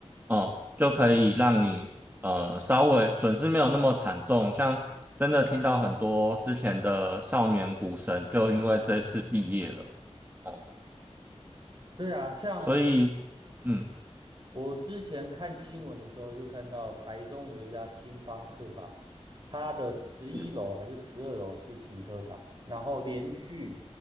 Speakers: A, on the right (about 15°); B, on the right (about 40°).
A: 哦，就可以让你呃稍微损失没有那么惨重，像真的听到很多之前的少年股神就因为这次毕业了哦，
B: 对啊，像
A: 所以嗯
B: 我之前看新闻的时候，就看到台中有一家星巴克吧，它的十一楼还是十二楼是停车场，
A: 是。
B: 然后连续